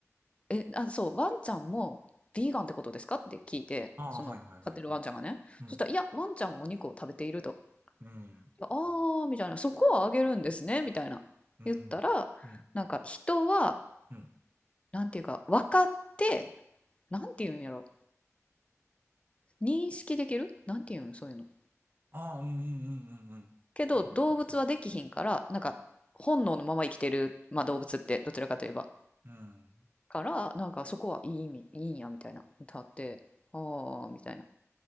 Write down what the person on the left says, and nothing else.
え、あ、そう、ワンちゃんもビーガンってことですかって聞いて、
その飼ってるワンちゃんがね。
そしたら、いや、ワンちゃんはお肉を食べていると。
ああー、みたいな、そこはあげるんですね、みたいな。
言ったら、
なんか人は、
なんていうか、分かって、なんていうんやろ、認識できるなんていうん、そういうの。
けど動物はできひんからなんか本能のまま生きてる、まあ、動物ってどちらかといえば
からなんかそこはいい意味いいんやみたいな歌ってああみたいな